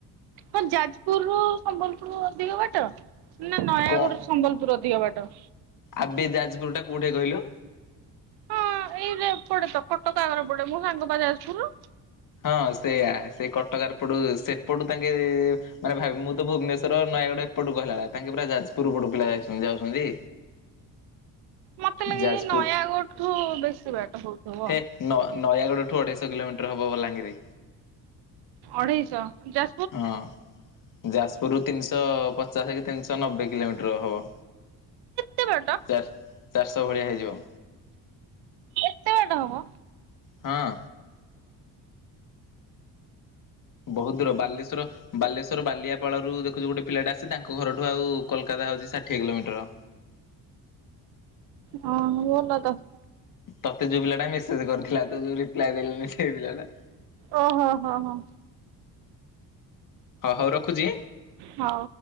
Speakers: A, on the right (about 75°); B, on the left (about 55°).
A: ହଁ ଯାଜପୁରରୁୁ ସମ୍ବଲପୁର ଅଧିକ ବାଟ ନା ନୟାଗଡରୁ
B: କଣ
A: ସମ୍ବଲପୁର ଅଧିକ ବାଟ।
B: ଆବେ ଯାଜପୁର ଟା କୋଉଠି କହିଲୁ?
A: ହଁ ଏଇରେ ଏପଟେ ତ କଟକ ଆଗରେ ପଡେ ମୋ ସାଙ୍ଗ ପା ଯାଜପୁର।
B: ହଁ ସେୟା ସେଇ କଟକ ଆର ପଟୁ ସେପଟୁ ତାଙ୍କେ ମାନେ ଭାବି ମୁଁ ତ ଭୁବନେଶ୍ୱର ନୟାଗଡ ଏପଟକୁ କହିଲା ଭଳିଆ, ତାଙ୍କେ ପୁରା ଯାଜପୁର ପଟୁ ପିଲା ଯାଇ, ଯାଉଛନ୍ତି।
A: ମତେ ଲାଗେ
B: ଯାଜପୁର,
A: ନୟାଗଡ଼ଠୁ ବେଶୀ ବାଟ ହଉଥିବ।
B: ହେ ନ ନୟାଗଡ଼ ଠୁ ଅଢେଇଶ କିଲୋମିଟର ହବ ବଲାଙ୍ଗୀର।
A: ଅଢେଇଶ ଯ
B: ହଁ ଯାଜପୁରରୁୁ ତିନିଶହ ପଚାଶ କି ତିନିଶହ ନବେ କିଲୋମିଟର ହବ।
A: ତେ ବାଟ?
B: ଚାର, ଚାରିଶହ ଭଳିଆ ହେଇଯିବ।
A: ଏତେ ବାଟ ହବ?
B: ହଁ। ବୋହୁତ୍ ଦୂର ବାଲେଶ୍ଵର ବାଲେଶ୍ୱର ବାଲିଆପାଳରୁ ଦେଖୁଛୁ ଗୋଟେ ପିଲାଟେ ଆସିଚି, ତାଙ୍କ ଘରଠୁ ଆଉ କୋଲକାତା ହଉଛି ଷାଠିଏ କିଲୋମିଟର।
A: ହଁ ଭଲ ତ।
B: ତତେ ଯୋଉ ପିଲା ଟା ମେସେଜ୍ କରିଥିଲା, ତୁ ଯୋଉ ରିପ୍ଲାଏ ଦେଲୁନି ସେଇ ପିଲା ଟା।
A: ଓହୋ, ହଁ, ହଁ,।
B: ହଁ ହଉ ରଖୁଛି?
A: ହଉ।